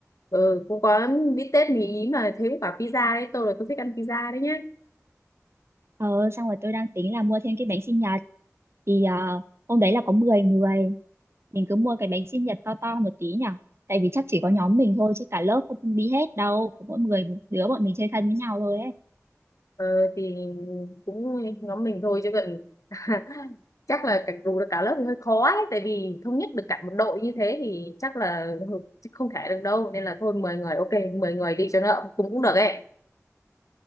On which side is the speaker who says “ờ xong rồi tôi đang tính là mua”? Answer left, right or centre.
Right